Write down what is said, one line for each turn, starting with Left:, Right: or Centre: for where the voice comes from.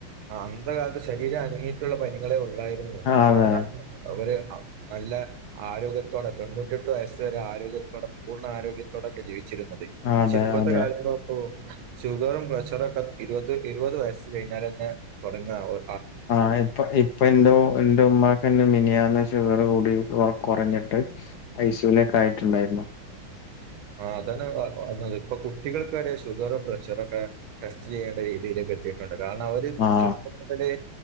Right: ആഹ് അന്നത്തെ കാലത്ത് ശരീര അനങ്ങിയിട്ടുള്ള പണികളെ ഒള്ളായിരുന്നു
Left: അതെ
Right: അതുകൊണ്ടാണ് അവര് നല്ല ആരോഗ്യത്തോടെ തൊണ്ണൂറ്റെട്ട് വയസ്സ് വരെ ആരോഗ്യത്തോടെ പൂർണ്ണ ആരോഗ്യത്തോടൊക്കെ ജീവിച്ചിരുന്നത്.
Left: അതെ
Right: ച്ചിപ്പത്തെ
Left: അതെ
Right: കാലത്ത് നോക്കൂ ഷുഗറും പ്രഷറൊക്കെ ഇരുവത് ഇരുവത് വയസ് കഴിഞ്ഞാലന്നെ തൊടങ്ങാവ
Left: ആഹ് ഇപ്പ ഇ ഇപ്പൻറ്റൂ ഇന്റെമ്മാക്കന്നെ മിനിയാന്ന്‌ ഷുഗറ് കൂടി കൊറഞ്ഞിട്ട് ഐസുയിലെക്കായിട്ടുണ്ടായിരുന്നു.
Right: ആഹ് അതാണ് പർഞ്ഞത് ഇപ്പൊ കുട്ടികൾക്ക് വരെ ഷുഗറും പ്രഷറക്കെ ടെസ്റ്റ് ചെയ്യേണ്ട രീതിയിലേക്ക് എത്തിയിട്ടൊണ്ട് കാരണം അവര്
Left: ആഹ്
Right: ചെർപ്പം ത്തിലെ